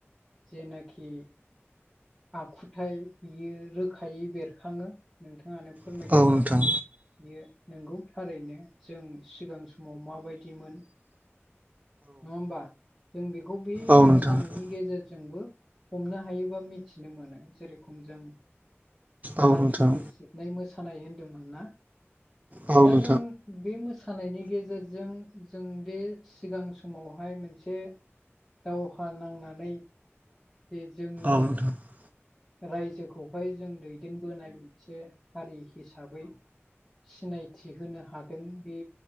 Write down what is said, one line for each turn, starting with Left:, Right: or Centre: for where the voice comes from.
Centre: जेनाखि आखुथाय बियो रोखायै बेरखाङो नोंथाङानो फोरमायखाबाय
Right: नोंथां औ
Centre: बियो नोंगौ थारैनो जों सिगां समाव माबायदिमोन नङा होमबा? जों बेखौ बे
Right: औ
Centre: मोसानायनि
Right: नोंथां
Centre: गेजेरजोंबो हमनो हायो बा मि थिनो मोनो जेरेखम जों दाहाल
Right: औ नोंथां
Centre: थुंग्रि सिबनाय मोसा सानाय होनदोंमोन ना
Right: औ नोंथां औ
Centre: दा जों बे मोसा सानायनि गेजेरजों जों दे सिगां समावहाय मोनसे दावहा नांनानै जे जोंनि
Right: औ नोंथां
Centre: रायजोखौहाय जों दैदेनबोनाय मोनसे हारि हिसाबै सिनायथि होनो हादों बे